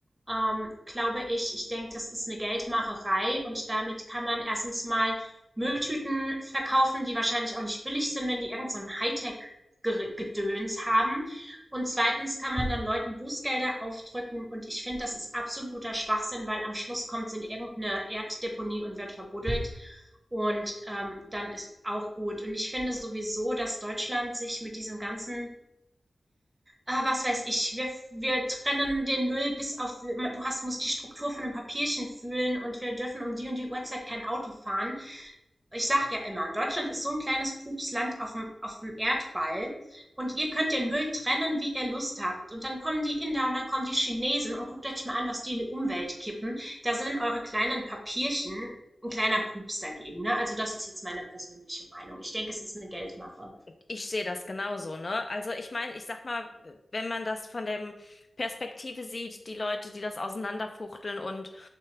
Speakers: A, on the right (about 20°); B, on the left (about 40°).
A: ähm, glaube ich. Ich denke, das ist eine Geldmacherei und damit kann man erstens mal Mülltüten verkaufen, die wahrscheinlich auch nicht billig sind, wenn die irgend so ein Hightech-Gedöns haben. Und zweitens kann man dann Leuten Bußgelder aufdrücken und ich finde, das ist absoluter Schwachsinn, weil am Schluss kommt es in irgendeine Erddeponie und wird verbuddelt und ähm, dann ist auch gut. Und ich finde sowieso, dass Deutschland sich mit diesem ganzen äh, was weiß ich, wir, wir trennen den Müll bis auf, du hast, musst die Struktur von einem Papierchen fühlen und wir dürfen um die und die Uhrzeit kein Auto fahren ich sag ja immer, Deutschland ist so ein kleines Pupsland auf dem, auf dem Erdball und ihr könnt den Müll trennen, wie ihr Lust habt. Und dann kommen die Inder und dann kommen die Chinesen und guckt euch mal an, was die in die Umwelt kippen. Da sind eure kleinen Papierchen ein kleiner Pups dagegen. Ne? Also das ist jetzt meine persönliche Meinung. Ich denke, es ist eine Geldmache.
B: Ich sehe das genauso, ne? Also ich meine, ich sag mal, wenn man das von der Perspektive sieht, die Leute, die das auseinanderfuchteln und